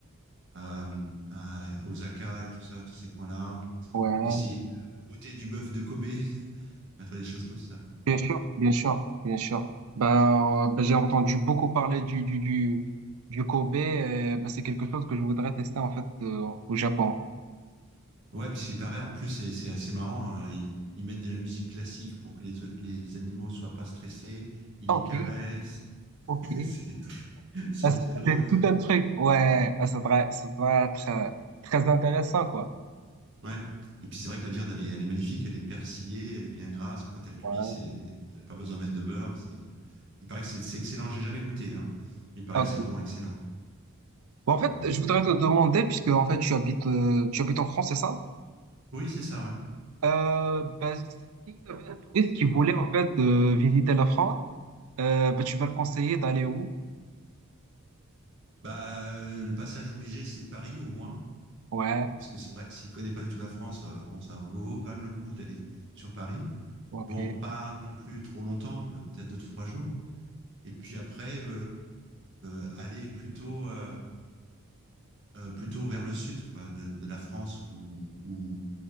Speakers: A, on the right; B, on the right.
A: à, à Osaka et tout ça, tous ces coins-là.
B: ouais.
A: Essayer de goûter du bœuf de Kobe, <laughs> enfin, tu vois, des choses comme ça, quoi.
B: Bien sûr, bien sûr, bien sûr. Bah, euh, bah, j'ai entendu beaucoup parler du, du, du, du Kobe. euh, bah, c'est quelque chose que je voudrais tester en fait euh, au Japon.
A: Ouais, puisqu'il paraît, en plus, c'est c'est assez marrant, hein, Ils, ils mettent de la musique classique pour que les, les animaux soient pas stressés, ils
B: Ah,
A: les
B: ok,
A: caressent.
B: ok.
A: <laughs> C'est c'est
B: Ah,
A: assez drôle,
B: c'est
A: quoi.
B: tout un truc. Ouais, ah, ça doit, ça doit être euh, très intéressant quoi.
A: Ouais. Et puis c'est vrai que la viande, elle est, elle est magnifique, elle est persillée, elle est bien grasse. Quand elle cuit,
B: Ouais.
A: c'est t'as pas besoin de mettre de beurre. C'est, il paraît que c'est, c'est excellent. J'ai jamais goûté, hein. Il paraît
B: Ok.
A: que c'est vraiment excellent.
B: Bon, en fait,
A: Euh,
B: je voudrais te demander, puisque en fait tu habites, euh, tu habites en France, c'est ça?
A: Oui, c'est ça, ouais.
B: Euh, bah, s'il y avait un touriste qui voulait en fait euh, visiter la France, euh, bah, tu vas le conseiller d'aller où?
A: Bah, euh, le passage obligé, c'est Paris au moins,
B: Ouais,
A: parce que c'est vrai que s'il connaît pas du tout la France, euh, bon, ça vaut quand même le coup d'aller sur Paris.
B: ok.
A: Bon, pas non plus trop longtemps, peut-être deux trois jours. Et puis après, euh, euh, aller plutôt euh, euh, plutôt vers le sud quoi, de, de la France, ou, ou